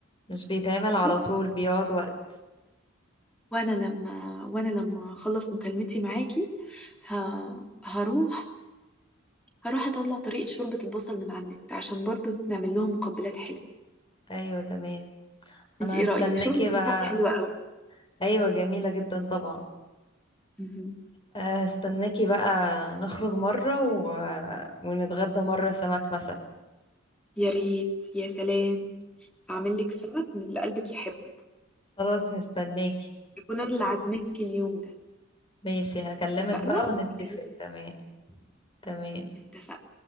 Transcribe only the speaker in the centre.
صح
وانا لما وانا لما اخلص مكالمتي معاكي ه... هروح هروح اطلع طريقة شوربة البصل من على النت عشان برضو نعمل لهم مقبلات حلوة
انتي ايه
رأيك شوربة البصل
حلوة قوي
مهم.
يا ريت يا سلام هعمل لك سلطة من اللي قلبك يحبه
أكون أنا اللي عازماك اليوم ده
اتفقنا؟
كنت
اتفقنا